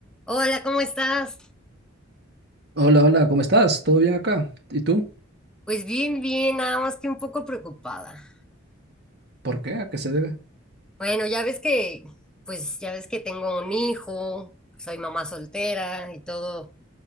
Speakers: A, in the centre; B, on the right.
A: Hola, ¿cómo estás?
B: Hola, hola, ¿cómo estás? ¿Todo bien acá? ¿Y tú?
A: Pues bien, bien, nada más que un poco preocupada.
B: ¿Por qué? ¿A qué se debe?
A: Bueno, ya ves que, pues ya ves que tengo un hijo, soy mamá soltera y todo.